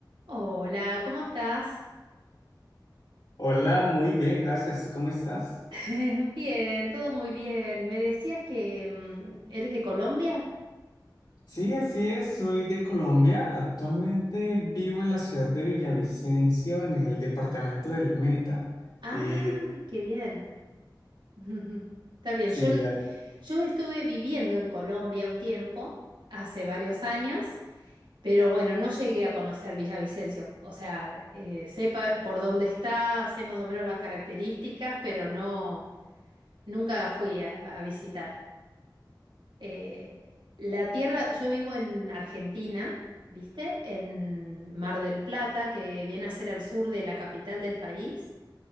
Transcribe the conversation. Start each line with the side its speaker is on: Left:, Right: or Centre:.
Right: Hola, ¿cómo estás?
Left: Hola, muy bien, gracias. ¿Tú cómo estás?
Right: <laughs> Bien, todo muy bien. Me decías que mm, eres de Colombia.
Left: Sí, así es, soy de Colombia. Actualmente vivo en la ciudad de Villavicencio, en el departamento del Meta.
Right: Ay,
Left: Eh,
Right: qué bien. <laughs> Está bien.
Left: sí,
Right: Yo, n- yo estuve viviendo en Colombia un tiempo, hace varios años, pero bueno, no llegué a conocer Villavicencio. O sea, eh, sé pa- por dónde está, sé más o menos las características, pero no, nunca fui a a visitar. Eh, la tierra, yo vivo en Argentina, ¿viste? En Mar del Plata, que viene a ser al sur de la capital del país.